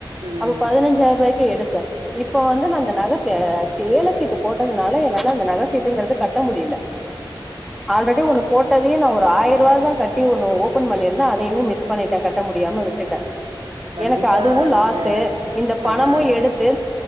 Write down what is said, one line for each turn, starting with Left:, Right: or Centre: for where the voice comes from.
Right: ம்
Centre: அப்போ பதினஞ்சாயிர ரூவுய்க்கு எடுத்த இப்ப வந்து நா அந்த நக ஏல சீட்டு போட்டதுனால என்னால அந்த நக சீட்டுங்கிறது என்னால கட்ட முடியல ஆல்ரெடி ஒண்ணு போட்டதே நா ஒரு ஆயிரோ ரூவாதா கட்டி ஒண்ணு ஓப்பன் பண்ணிருந்த அதையுமே மிஸ் பண்ணிட்ட கட்ட முடியாம விட்டுட்ட
Right: கண்டிப்பா
Centre: எனக்கு அதுவு லாஸு
Right: நீங்க
Centre: இந்த பணமும்
Right: அதா
Centre: எடுத்து